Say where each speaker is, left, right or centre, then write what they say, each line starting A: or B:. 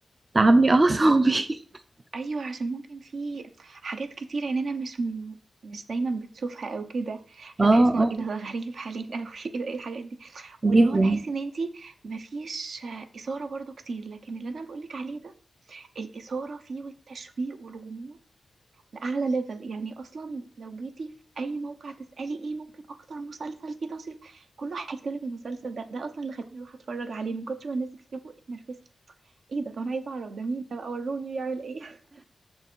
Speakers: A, on the right; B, on the right.
A: تعب لي اعصابي <laughs>
B: ايوه عشان ممكن في حاجات كتير عيننا مش م... مش دايما بتشوفها او كده
A: اه
B: فتحس انه
A: اه
B: ايه ده ده غريب علينا اوي <laughs> ايه ده ايه الحاجات دي
A: جدا
B: واللي هو تحسي ان انتي مفيش اثاره برضو كتير لكن اللي انا بقولك عليه ده الإثارة فيه والتشويق والغموض لأعلى ليفل يعني أصلا لو جيتي في أي موقع تسألي إيه ممكن أكتر مسلسل فيه تشويق كله هيكتب لك المسلسل ده ده أصلا اللي خلاني أروح أتفرج عليه من كتر ما الناس بتكتبه اتنرفزت إيه ده طب أنا عايزة أعرف ده مين ده بقى وروني بيعمل إيه <laughs>